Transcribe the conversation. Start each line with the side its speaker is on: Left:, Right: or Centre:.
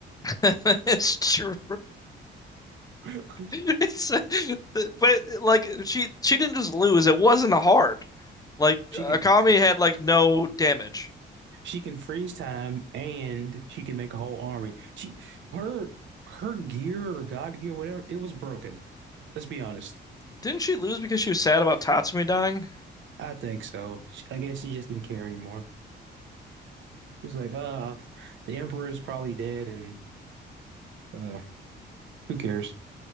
Left: <laughs> It's true.
Right: <laughs>
Left: <laughs> It's but like she she didn't just lose. It wasn't hard. Like
Right: She
Left: Akami
Right: can
Left: had like no damage.
Right: she can freeze time and she can make a whole army. She her her gear or God gear, whatever, it was broken. Let's be honest.
Left: Didn't she lose because she was sad about Tatsumi dying?
Right: I think so. She- I guess she just didn't care anymore. It was like, uh, the emperor is probably dead, and uh, who cares?